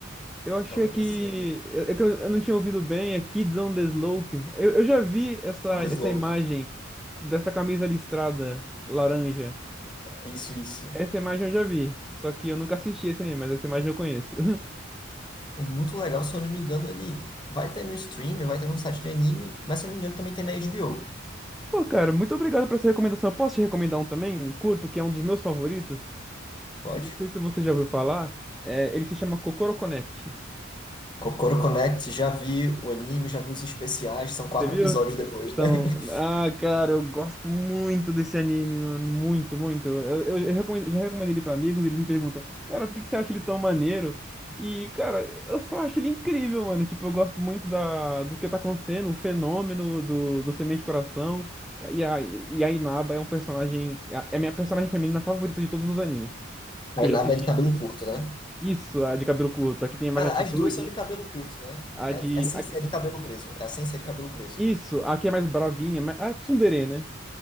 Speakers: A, in the centre; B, on the left.
A: Eu
B: que
A: achei
B: toca
A: que.
B: nesse anime.
A: É é que eu eu não tinha ouvido bem, é Kids on the Slope. Eu, eu já vi essa,
B: Sound
A: essa
B: Slope.
A: imagem dessa camisa listrada laranja.
B: Isso, isso.
A: Essa imagem eu já vi. Só que eu nunca assisti esse anime, mas essa imagem eu conheço. <laughs>
B: É muito legal, se eu não me engano, ele vai ter no stream, vai ter no site de anime, mas se eu não me engano também tem na HBO.
A: Pô, cara, muito obrigado por essa recomendação. Eu posso te recomendar um também? Um curto, que é um dos meus favoritos.
B: Pode.
A: Não sei se você já ouviu falar. É, ele se chama Kokoro Connect.
B: Kokoro Connect, já vi o anime, já vi os especiais, são
A: Você
B: quatro
A: viu?
B: episódios depois,
A: São.
B: né? <laughs>
A: Ah, cara, eu gosto muito desse anime, mano. Muito, muito. Eu, eu, eu recomendo- já recomendei ele pra amigos, eles me perguntam, cara, por que que você acha ele tão maneiro? E, cara, eu só acho ele incrível, mano. Tipo, eu gosto muito da, do que tá acontecendo, o fenômeno do, do Semente Coração. E a, e a Inaba é um personagem. É a minha personagem feminina favorita de todos os animes que
B: A Inabe
A: eu já assisti.
B: é de cabelo curto, né?
A: Isso, a de cabelo curto, a que tem mais
B: Cara,
A: atitude,
B: as duas são de cabelo curto, né?
A: a
B: É
A: de.
B: a é a sensei
A: A que,
B: é de cabelo preso. É a sensei de cabelo preso.
A: isso, a que é mais bravinha, mas a tsundere, né?